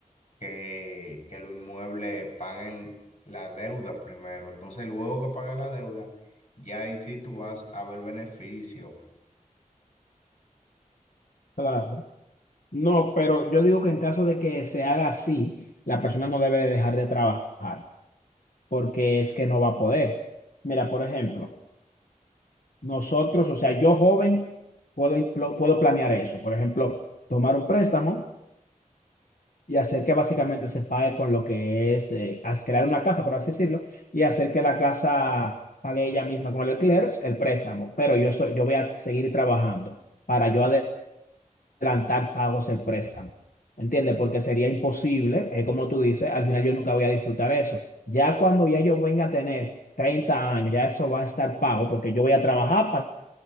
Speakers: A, on the left; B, on the left.
A: que, que los inmuebles paguen la deuda primero. Entonces, luego que pague la deuda, ya ahí sí tú vas a ver beneficios.
B: Claro. No, pero yo digo que en caso de que se haga así, la persona no debe de dejar de trabajar, porque es que no va a poder. Mira, por ejemplo, nosotros, o sea, yo joven, puedo, impl- puedo planear eso. Por ejemplo, tomar un préstamo y hacer que básicamente se pague con lo que es eh, as- crear una casa, por así decirlo, y hacer que la casa pague ella misma con el alquiler, el préstamo. Pero yo, soy- yo voy a seguir trabajando para yo adelantar pagos del préstamo. ¿Entiendes? Porque sería imposible, eh, como tú dices, al final yo nunca voy a disfrutar eso. Ya cuando ya yo venga a tener 30 años, ya eso va a estar pago porque yo voy a trabajar pa-